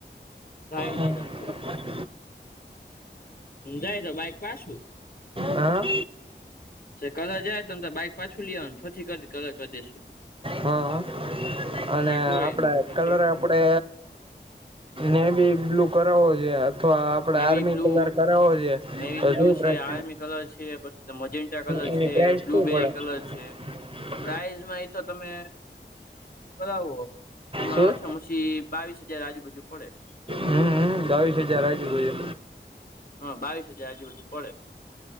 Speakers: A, on the left; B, on the right.
A: જાય
B: હમ,
A: નહી
B: હમ.
A: તમતારે જાય તો, બાઈક પાછું
B: હા
A: કઢાય. તમે તો બાઈક પાછું લો ને, પછી કરી કરી દઈશું.
B: હા, અને
A: તમે
B: આપણે
A: કો એમ પછી
B: કલર આપણે નેવી બ્લુ કરાવવો જોઈએ, અથવા આપડે
A: નેવી
B: આર્મી
A: બ્લુ,
B: કલર કરાવવો છે
A: નેવી
B: તો
A: બ્લુ
B: શું
A: છે,
B: પ્રાઇસ
A: આર્મી કલર છે, પછી મેજેન્ટા કલર
B: એની
A: છે.
B: પ્રાઇસ
A: બ્લુબેરી
B: શું પડે
A: કલર છે.
B: <unintelligible>
A: પ્રાઇઝમાં એ તો તમે કરાવો, તમારે
B: શું
A: ઓછામાં-ઓછા બાવીસ હજાર આજુબાજુ પડે.
B: હા, બાવીસ હજાર આજુબાજુ.
A: બાવીસ હજાર આજુબાજુ પડે.